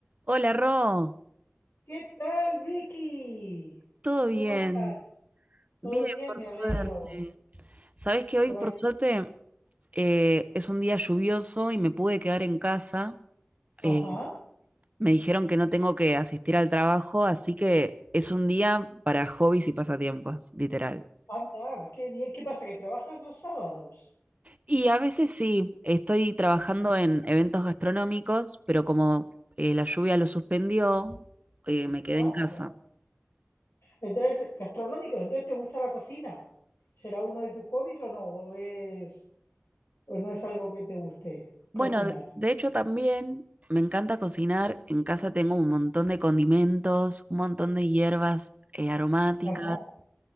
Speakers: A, on the right; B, on the left.
A: Hola, Ro,
B: ¿Qué tal, Vicky?
A: ¿todo bien?
B: ¿Cómo estás? ¿Todo
A: Bien,
B: bien?
A: por
B: Me
A: suerte.
B: alegro.
A: Sabés que hoy,
B: Por
A: por
B: aquí.
A: suerte, eh, es un día lluvioso y me pude quedar en casa. Eh,
B: Ajá.
A: me dijeron que no tengo que asistir al trabajo, así que es un día para hobbies y pasatiempos, literal.
B: Anda, qué bien. ¿Qué pasa? ¿Que trabajas los sábados?
A: Y a veces sí, estoy trabajando en eventos gastronómicos, pero como eh, la lluvia lo suspendió, eh, me quedé en
B: Anda.
A: casa.
B: Entonces, gastronómico, entonces ¿te gusta la cocina? ¿Será uno de tus hobbies o no? ¿O es, o no es algo que te guste
A: Bueno,
B: cocinar?
A: de de hecho también me encanta cocinar. En casa tengo un montón de condimentos, un montón de hierbas eh, aromáticas.
B: Ajá,